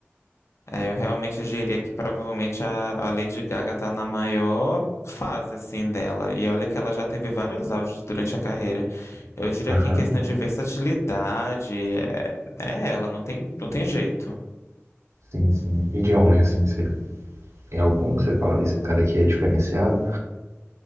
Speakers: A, on the left; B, on the right.
A: é, eu realmente diria que provavelmente a, a Lady Gaga tá na maior fase, assim, dela. E olha que ela já teve vários auges durante a carreira. Eu diria
B: Aham.
A: que em questão de versatilidade, é, é ela, não tem, não tem jeito.
B: Sim, sim. E de homem, assim, você tem algum que você fala, esse cara aqui é diferenciado?